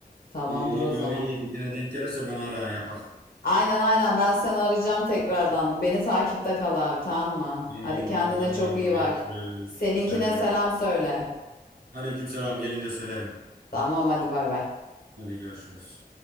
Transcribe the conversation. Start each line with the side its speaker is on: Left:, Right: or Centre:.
Left: Tamamdır
Right: İyi, iyi.
Left: o zaman.
Right: Böyle iyiydi. Gene denk gelirse ben ara yapak.
Left: Aynen aynen ben seni arayacağım tekrardan. Beni takipte kal abi tamam mı?
Right: Tamamdır
Left: Hadi kendine
Right: tamam
Left: çok iyi
Right: görüşürüz.
Left: bak. Seninkine
Right: Sen de.
Left: selam söyle.
Right: Aleykümselam gelince söylerim.
Left: Tamam hadi bay bay.
Right: Hadi görüşürüz.